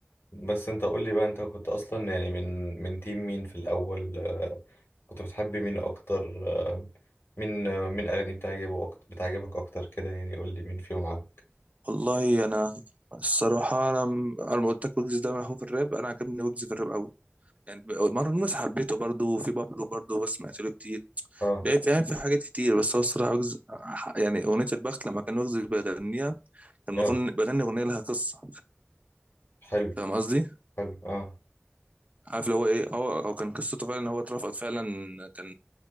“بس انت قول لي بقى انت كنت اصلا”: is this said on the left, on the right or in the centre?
Left